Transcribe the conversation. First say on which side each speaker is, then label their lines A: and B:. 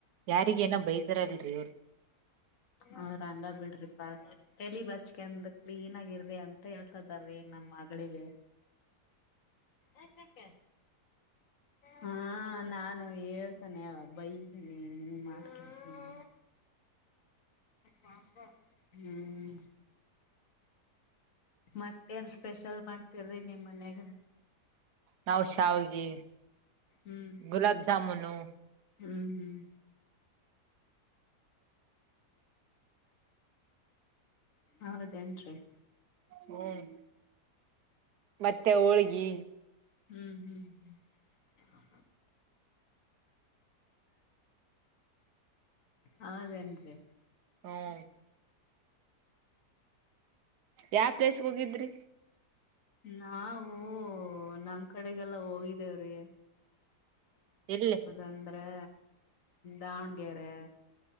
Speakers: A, on the right (about 75°); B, on the left (about 50°).
A: ಯಾರಿಗೇಏನೋ ಬೈತಾರಲ್ರಿ ಅವ್ರು.
B: ಅವ್ರು ಹಂಗ ಬಿಡ್ರಿ ಪಾ ತಲಿ ಬಚ್ಕಂದ ಕ್ಲೀನ್ ಆಗಿ ಇರ್ದೆ ಅಂತ ಹೇಳ್ತಾ ಇದ್ದಾರೀ ನಮ್ಮ ಮಗಳಿಗೆ. ಆಶಕ್ಕ. ಹಾ ನಾನು ಹೇಳ್ತಾನೆ ಬೈತೀನಿ ನಿ. ಹಾ. ಪಾಪ ಹ್ಮ್. ಮತ್ತೇನ್ ಸ್ಪೆಷಲ್ ಮಾಡ್ತಿರ್ರಿ ನಿಮ್ ಮನ್ಯಾಗ.
A: ನಾವು ಶಾವಗೆ
B: ಹ್ಮ್
A: ಗುಲಾಬ್ ಜಾಮೂನು.
B: ಹ್ಮ್ ಹ್ಮ್. ಹೌದೇನ್ರಿ.
A: ಹ್ಮ್ ಮತ್ತೆ ಹೋಳ್ಗಿ.
B: ಹ್ಮ್ ಹ್ಮ್ ಹ್ಮ. ಹೌದೇನ್ರಿ.
A: ಹ್ಮ. ಯಾವ ಪ್ಲೇಸ್ ಹೋಗಿದ್ರಿ.
B: ನಾವವು ನಮ್ ಕಡೆಗೆಲ್ಲ ಹೋಗಿದ್ದೇವ್ರಿ.
A: ಎಲ್ಲಿ.
B: ಅಂದ್ರೆ ದಾವಣಗೆರೆ.